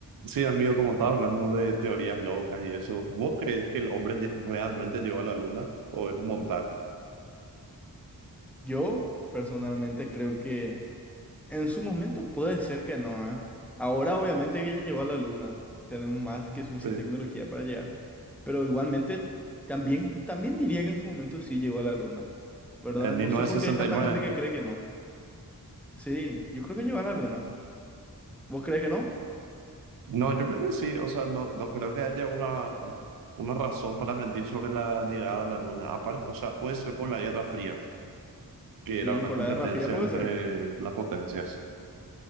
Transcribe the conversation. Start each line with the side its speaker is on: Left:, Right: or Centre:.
Right: Sí, amigo, como estaba hablando de teorías locas y eso, ¿vos crees que el hombre lle- realmente llegó a la luna o es un montaje?
Centre: Yo personalmente creo que en su momento puede ser que no, ¿eh? Ahora obviamente que ya llegó a la luna, tenemos más que suficiente
Right: Sí.
Centre: tecnología para llegar, pero igualmente también, también diría que en su momento sí llegó a la luna, ¿verdad?
Right: En mil
Centre: No
Right: novecientos
Centre: sé por qué
Right: sesenta
Centre: hay tanta
Right: y nueve.
Centre: gente que cree que no. Sí, yo creo que llegó a la luna. ¿Vos crees que no?
Right: No, yo creo que sí, o sea, no, no creo que haya una, una razón para mentir sobre la llegada a la luna. Aparte, o sea, puede ser por la Guerra Fría, que
Centre: Sí,
Right: era una
Centre: por
Right: competencia
Centre: la Guerra Fría puede
Right: entre
Centre: ser.
Right: las potencias.